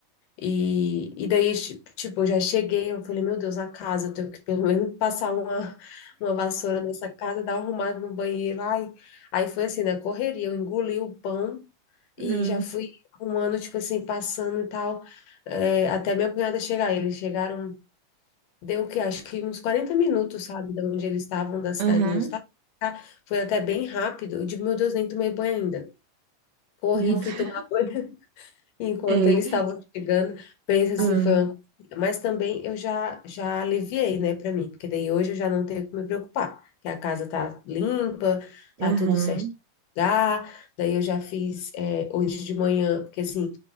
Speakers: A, on the left; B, on the right.
A: E, e daí, chi- tipo, eu já cheguei, eu falei, meu Deus, a casa, eu tenho que pelo menos <laughs> passar uma, uma vassoura nessa casa, dar uma arrumada no banheiro. Ai, aí foi assim, né? Correria, eu engoli o pão
B: hum,
A: e já fui arrumando, tipo assim, passando e tal, é, até minha cunhada chegar. Eles chegaram, deu o quê? Acho que uns 40 minutos, sabe, de onde eles estavam, da cidade
B: Aham,
A: onde eles estavam. tá? Foi até bem rápido. Eu digo, meu Deus, nem tomei banho ainda. Corri,
B: meu
A: fui
B: Deus.
A: tomar banho. Enquanto
B: Ei,
A: eles estavam chegando, pensa assim,
B: hum,
A: foi uma... correria. Mas também eu já, já aliviei, né, para mim, porque daí hoje eu já não tenho que me preocupar, que a casa tá limpa, tá
B: aham,
A: tudo certo. no lugar. Daí eu já fiz é, hoje de manhã, porque assim,